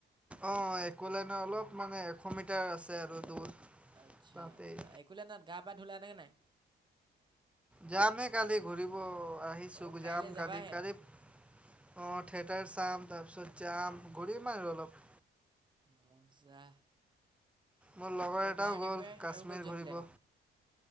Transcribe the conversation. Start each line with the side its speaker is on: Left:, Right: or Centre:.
Centre: অ', একো লেন অলপ মানে এশ মিটাৰ আছে আৰু দূৰ
Right: আচ্ছা,
Centre: তাতেই
Right: আচ্ছা একোলেনত গা-পা ধুলানে নাই?
Centre: যামে কালি ঘূৰিব আহিছোঁ
Right: অঁ কাইলৈ
Centre: যাম
Right: যাবাহে
Centre: কালি, কালি অ', থিয়েটাৰ চাম তাৰপিছত যাম ঘূৰিম আৰু অলপ
Right: মজা।
Centre: মোৰ লগৰ
Right: এতিয়া
Centre: এটাও
Right: গুৱাহাটীৰ
Centre: গ'ল
Right: পৰা
Centre: কাশ্মীৰ
Right: আৰু ক'ত যোৱা
Centre: ঘূৰিব
Right: প্লেন